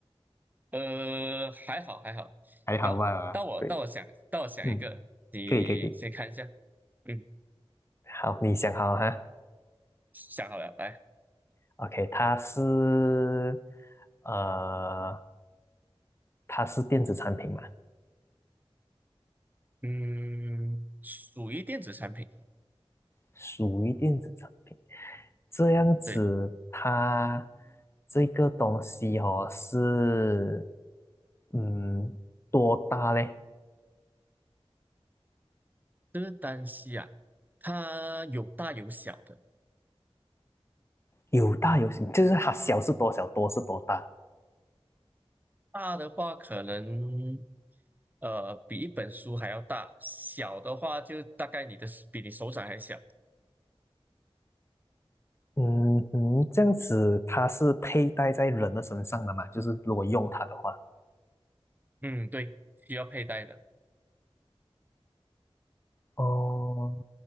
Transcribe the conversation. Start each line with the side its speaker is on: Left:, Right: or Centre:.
Right: 呃还好还好，
Left: <laughs> 还好吧，
Right: 那到我到我想到我想一个，
Left: 对，嗯，
Right: 你先看一下，
Left: 可以可以可以。
Right: 嗯，
Left: 好，你想好了哈
Right: 想好了，来，
Left: ？OK，它是呃，它是电子产品嘛？
Right: 嗯，属于电子产品，
Left: 属于电子产品。这样子，
Right: 对，
Left: 它这个东西哦是，嗯，多大嘞？
Right: 这个单膝啊，它有大有小的，
Left: 有大有小，就是它小是多小，多是多大。
Right: 大的话可能。呃，比一本书还要大，小的话就大概你的比你手掌还小。
Left: 嗯嗯，这样子它是佩戴在人的身上的嘛？就是如果用它的话，
Right: 嗯，对，需要佩戴的。
Left: 哦，